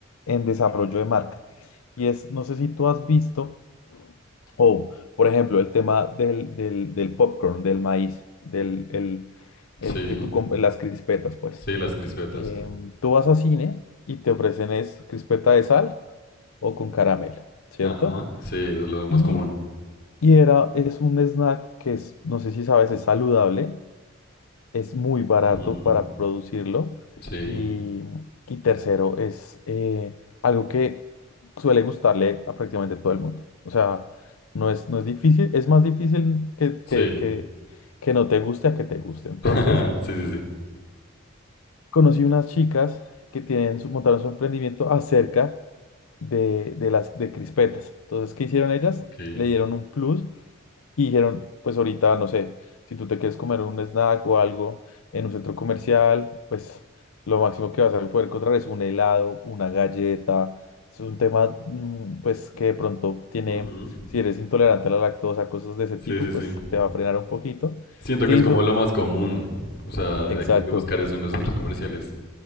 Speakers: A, on the left; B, on the left.
A: en desarrollo de marca. Y es, no sé si tú has visto, o por ejemplo, el tema del, del, del popcorn, del maíz, del el, el
B: Sí,
A: que tú compras, las crispetas, pues.
B: sí, las crispetas.
A: Em, tú vas a cine y te ofrecen es crispeta de sal o con caramelo, ¿cierto?
B: Ajá, sí, eso es lo más
A: Y
B: común.
A: y era, es un snack que es, no sé si sabes, es saludable, es muy barato
B: Ujú,
A: para producirlo
B: Sí,
A: y, y tercero, es eh, algo que suele gustarle a prácticamente todo el mundo. O sea, no es, no es difícil, es más difícil que,
B: sí.
A: que, que, que no te guste a que te guste. Entonces,
B: <laughs> Sí, sí, sí.
A: conocí unas chicas que tienen su, montaron su emprendimiento acerca de, de las de crispetas. Entonces, ¿qué hicieron ellas?
B: Ok.
A: Le dieron un plus y dijeron, pues ahorita, no sé, si tú te quieres comer un snack o algo en un centro comercial, pues lo máximo que vas a poder encontrar es un helado, una galleta. Es un tema, mm, pues, que de pronto tiene,
B: Ujú,
A: si eres intolerante a la lactosa, cosas de ese tipo,
B: Sí, sí,
A: pues
B: sí.
A: te va a frenar un poquito.
B: Siento
A: ¿Qué
B: que es
A: hizo?
B: como lo más común, o sea, de,
A: Exacto.
B: de buscar eso en los centros comerciales.